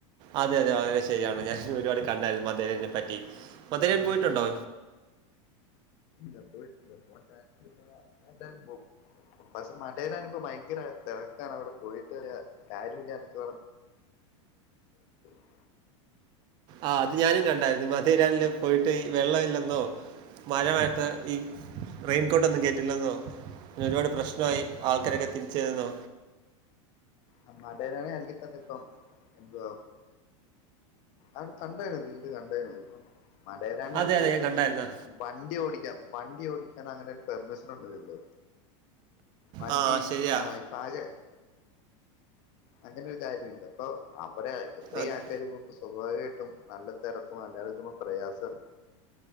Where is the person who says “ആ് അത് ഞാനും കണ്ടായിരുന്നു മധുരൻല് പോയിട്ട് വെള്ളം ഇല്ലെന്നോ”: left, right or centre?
Right